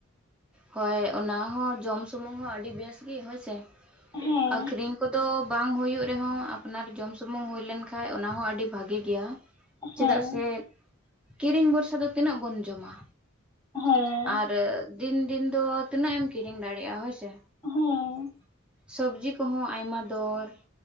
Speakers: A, in the centre; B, on the left.
A: ᱦᱳᱭ ᱚᱱᱟ ᱦᱚᱸ ᱡᱚᱢ ᱥᱩᱢᱩᱝ ᱦᱚᱸ ᱟᱹᱰᱤ ᱵᱮᱥ ᱜᱮ ᱦᱳᱭ ᱥᱮ
B: ᱦᱮᱸ
A: ᱟᱠᱷᱨᱤᱧ ᱠᱚᱫᱚ ᱵᱟᱝ ᱦᱩᱭᱩᱜ ᱨᱮᱦᱚᱸ ᱟᱯᱱᱟᱨ ᱡᱚᱢ ᱥᱩᱢᱩᱝ ᱦᱩᱭ ᱞᱮᱱᱠᱷᱟᱡ ᱚᱱᱟᱦᱚᱸ ᱟᱹᱰᱤ ᱵᱷᱟᱜᱮ ᱜᱮᱭᱟ
B: ᱦᱮᱸ
A: ᱪᱮᱫᱟᱜ ᱥᱮ ᱠᱤᱨᱤᱧ ᱵᱚᱨᱥᱟ ᱫᱚ ᱛᱤᱱᱟᱹᱜ ᱵᱚᱱ ᱡᱚᱢᱟ
B: ᱦᱮᱸ
A: ᱟᱨ ᱫᱤᱱ ᱫᱤᱱ ᱫᱚ ᱛᱤᱱᱟᱹᱜ ᱮᱢ ᱠᱤᱨᱤᱧ ᱫᱟᱲᱮᱭᱟᱜᱼᱟ ᱦᱳᱭ ᱥᱮ
B: ᱦᱮᱸ
A: ᱥᱚᱵᱡᱤ ᱠᱚᱦᱚᱸ ᱟᱭᱢᱟ ᱫᱚᱨ